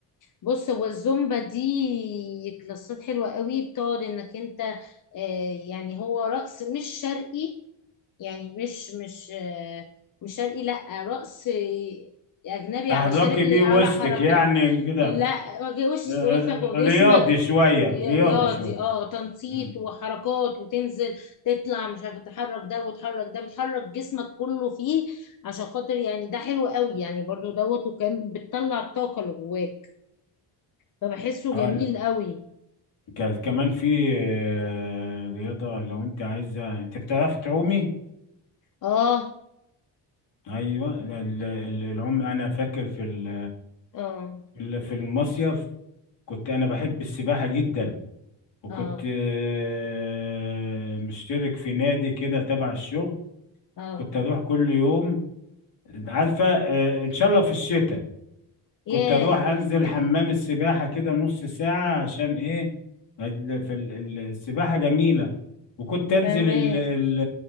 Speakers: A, on the left; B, on the left.
A: بص هو الزومبا دي كلاسات حلوه قوي بتقعد انك انت آه، يعني هو رقص مش شرقي يعني مش مش آه، مش شرقي لا رقص آه، اجنبي
B: تحركي
A: على شرقي
B: بيه
A: على
B: وسطك
A: حركات
B: يعني كده
A: لا وجه- وش
B: آه، آه،
A: وشك وجسمك
B: آه، رياضي شوية رياضي
A: رياضي
B: شوية
A: اه تنطيط
B: مم.
A: وحركات وتنزل تطلع مش عارفه تحرك ده وتحرك ده بتحرك جسمك كله فيه عشان خاطر يعني ده حلو قوي يعني برضو دوت وكان بتطلع الطاقه اللي جواك فبحسه
B: اه
A: جميل قوي
B: ك- كمان في آه، رياضة لو انت عايزة انت بتعرف تعومي
A: اه
B: ايوه ال- ال- العوم انا فاكر في ال-
A: اه
B: في ال- في المصيف كنت انا بحب السباحة جدا وكنت
A: اه
B: آه، مشترك في نادي كده تبع الشغل
A: اه
B: كنت اروح كل يوم عارفة آه، ان شاء الله في الشتاء
A: ياه
B: كنت اروح انزل حمام السباحه كده نص ساعه عشان ايه هد- في ال- ال- السباحه جميله وكنت انزل
A: فاهمه
B: ال ال